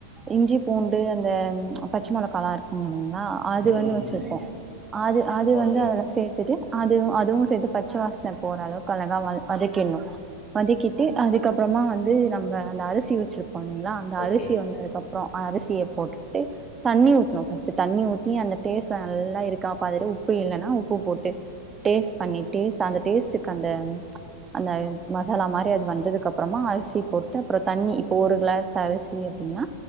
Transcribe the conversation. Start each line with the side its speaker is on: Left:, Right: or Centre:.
Right: இஞ்சி பூண்டு அந்த பச்ச மொளக்கால்லா இருக்கூ ஆ அது
Left: ம்
Right: வந்து வச்சிருப்போ
Left: ம்
Right: அது அது
Left: ஓகே
Right: வந்து அதுல ட்டு அதுவு அதுவு சேத்து பச்ச வாசன போற அளவுக்கு அழகா வதக்கிட்னோ வதக்கிட்டு அதுக்கப்புறமா வந்து நம்ம அந்த அரிசி வச்சிருக் போனீங்களா அந்த அரிசி
Left: ஓகே
Right: வந்ததுக்கப்றோ அரிசிய போட்டுட்டு தண்ணி ஊத்தனோ ஃபஸ்ட்டு தண்ணி ஊத்தி அந்த டேஸ்ட்லா நல்லா இருக்கா பாத்துட்டு உப்பு இல்லன்னா உப் பு போட்டு டேஸ்ட் பண்ணிட்டு அந்த டேஸ்டுக்கு அந்த அந்த மசாலா மாரி அது வந்ததுக்கு அப்றமா அரிசி போட்டு அப்றோ தண்ணி இப்போ ஒரு கிளாஸ் அரிசி அப்டின்னா